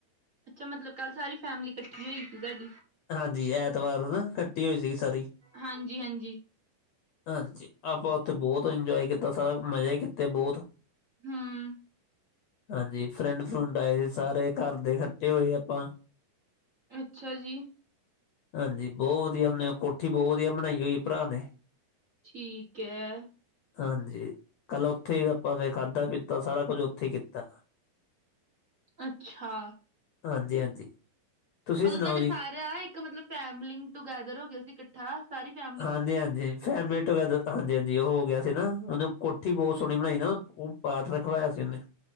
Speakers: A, on the right (about 40°); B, on the left (about 70°).
A: ਇਹਦਾ ਮਤਲਬ ਕੱਲ੍ਹ ਸਾਰੀ ਫੈਮਿਲੀ ਕੱਠੀ ਹੋਈ ਸੀ <unintelligible> ਸਾਡੀ।
B: ਹਾਜੀ, ਐਤਵਾਰ ਨੂੰ ਨਾ ਇਕੱਠੀ ਹੋਈ ਸੀਗੀ ਸਾਰੀ।
A: ਹਾਂਜੀ-ਹਾਂਜੀ।
B: ਹਾਂਜੀ, ਆਪਾਂ ਔਥੇ ਬੌਤ ਇੰਜੋਏ ਕੀਤਾ ਸਾਰਾ ਮਜੇ ਕੀਤੇ ਬੌਤ।
A: ਹੂੰ।
B: ਹਾਂਜੀ, ਫਰੈਂਡ-ਫਰੂੰਡ ਆਏ, ਸਾਰੇ ਘਰ ਦੇ ਇਕੱਠੇ ਹੋਏ ਅਪਾਂ।
A: ਅੱਛਾ ਜੀ।
B: ਹਾਂਜੀ, ਬੌਹ ਵਧੀਆ ਓਹਨੇ ਕੋਠੀ ਬੌਹਤ ਵਧੀਆ ਬਣਾਈ ਹੋਈ ਏ ਭਰਾ ਨੇ।
A: ਠੀਕ ਹੈ।
B: ਹਾਂਜੀ, ਕੱਲ ਔਥੇ ਈ ਅਪਾਂ ਫੇਰ ਖਾਧਾ-ਪੀਤਾ ਸਾਰਾ ਕੁੱਝ ਔਥੇ ਈ ਕੀਤਾ।
A: ਅੱਛਾ।
B: ਹਾਂਜੀ, ਹਾਂਜੀ। ਤੁਸੀਂ
A: ਮਤਲਬ
B: ਸੁਣਾਓ
A: ਤੁਹਾਡੇ
B: ਜੀ
A: ਸਾਰਿਆਂ ਇੱਕ ਮਤਲਬ ਫੈਮਲੀੰਗ ਟੂਗੈਦਰ ਹੋ ਗਿਆ ਸੀ ਕੱਠਾ, ਸਾਰੀ ਫੈ
B: ਹਾਂਜੀ ਹਾਂਜੀ, ਫੈਮਲੀ ਟੂਗੈਦਰ ਹਾਂਜੀ ਹਾਂਜੀ, ਓਹ ਹੋ ਗਿਆ ਸੀ ਨਾ ਔਨੇ ਕੋਠੀ ਬੌਤ ਸੋਣੀ ਬਣਾਈ ਨਾ ਓਹ ਪਾਠ ਰਖਵਾਇਆ ਸੀ ਔਨੇ।